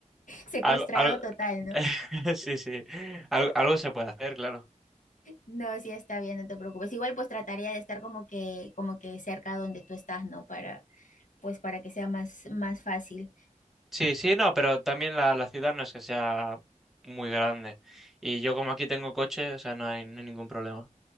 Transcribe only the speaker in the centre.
algo, algo...
<laughs> sí, sí, algo, algo se puede hacer, claro.
Sí, sí, no, pero también la, la ciudad no es que sea muy grande. Y yo como aquí tengo coche, o sea, no hay, no hay ningún problema.